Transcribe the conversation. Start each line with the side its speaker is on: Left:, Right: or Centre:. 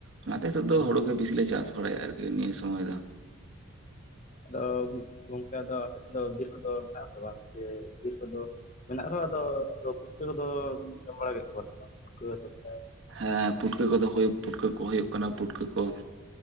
Right: ᱚᱱᱟᱛᱮ ᱦᱤᱛᱚᱜ ᱫᱚ
Left: ᱦᱩᱸ
Right: ᱦᱩᱲᱩ ᱜᱮ ᱵᱮᱥᱤ ᱞᱮ ᱪᱟᱥ ᱵᱟᱲᱟᱭᱟ ᱟᱨᱠᱤ ᱱᱤᱭᱟᱹ ᱥᱚᱢᱚᱭ ᱫᱚ᱾
Left: ᱟᱫᱚ ᱜᱚᱝᱠᱮ ᱟᱫᱚ ᱟᱯᱮᱥᱮᱫ ᱫᱚ ᱵᱤᱨ ᱠᱚᱫᱚ ᱢᱮᱱᱟᱜ ᱟᱥᱮ ᱵᱟᱝ? ᱡᱮ ᱵᱤᱨ ᱠᱚᱫᱚ ᱢᱮᱱᱟᱜ ᱨᱮᱦᱚᱸ ᱟᱫᱚ ᱯᱩᱷᱴᱠᱟᱹ ᱠᱚᱫᱚ ᱡᱚᱢ ᱵᱟᱲᱟ ᱠᱮᱫ ᱠᱚᱣᱟ ᱥᱮ ᱵᱟᱝ ᱯᱩᱴᱠᱟᱹ <unintelligible>
Right: ᱦᱮᱸ ᱯᱩᱴᱠᱟᱹ ᱠᱚᱫᱚ ᱦᱳᱭ ᱯᱩᱴᱠᱟᱹ ᱠᱚ ᱦᱩᱭᱩᱜ ᱠᱟᱱᱟ ᱯᱩᱴᱠᱟᱹ ᱠᱚ